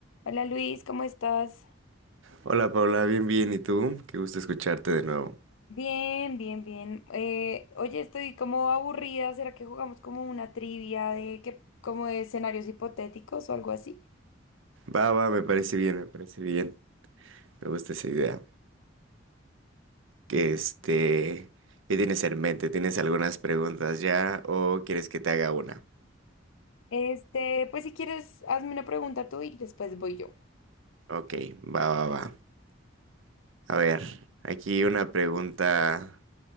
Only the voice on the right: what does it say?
Hola Paula, bien, bien. ¿Y tú? Qué gusto escucharte de nuevo.
Va, va, me parece bien, me parece bien. Me gusta esa idea. Que este, ¿qué tienes en mente? ¿Tienes algunas preguntas ya o quieres que te haga una?
Ok, va, va, va. A ver, aquí una pregunta.